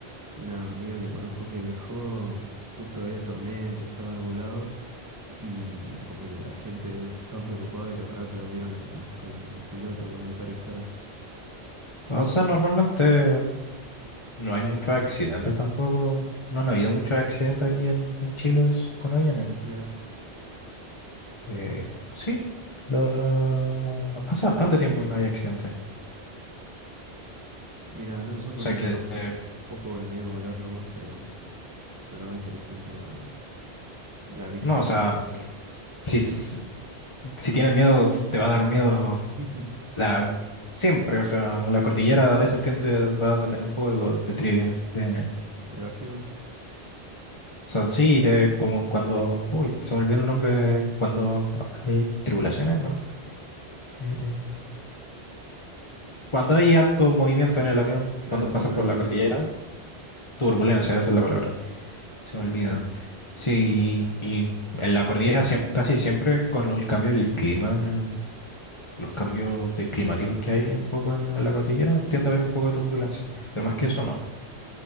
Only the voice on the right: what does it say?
una amiga que conozco que viajó, justo había tormenta, estaba nublado y como que la gente estaba preocupada y lo reaplaudieron a- al piloto cuando aterrizaron.
Mira,
mira, no eso porque
me da
un poco de miedo volar nomás, pero sonaba interesante la, la vista
que hay.
<laughs>
¿De vértigo?
Claro,
cuando
hay
turbulencia.